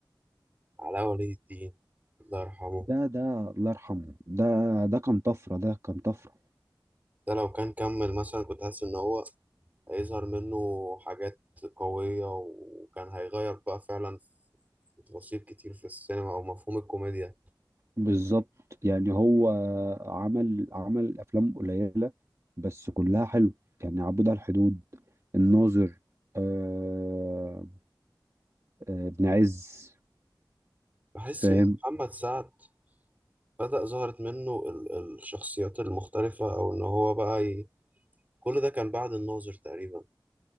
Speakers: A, on the right; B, on the right.
A: علاء ولي الدين الله يرحمه
B: ده ده الله يرحمه ده ده كان طفرة ده كان طفرة
A: ده لو كان كمل مثلا كنت حاسس إن هو هيظهر منه حاجات قوية وكان هيغير بقى فعلا في تفاصيل كتير في السينما أو مفهوم الكوميديا
B: بالظبط يعني هو عمل عمل أفلام قليلة بس كلها حلو يعني عبود على الحدود الناظر آه آه ابن عز
A: بحس
B: فاهم
A: إن محمد سعد بدأ ظهرت منه ال- الشخصيات المختلفة أو إن هو بقى ي... كل ده كان بعد الناظر تقريبا